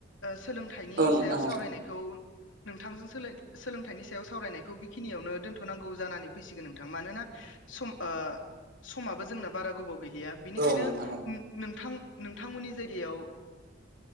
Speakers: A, on the left (about 80°); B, on the right (about 55°).
A: सोलोंथाइनि
B: औ नोंथां
A: सायाव
B: औ
A: नायखौ नोंथांजों सोलाय सोलोंथाइनि सायाव सावरायनायखौ बेखिनियावनो दोनथ'नांगौ जानानै फैसिगोन नोंथां मानोना सम समाबो जोंना बारा गोबाव गैलिया बिनिखायनो
B: औ नोंथां औ
A: नोंथां नोंथांमोननि जायगायाव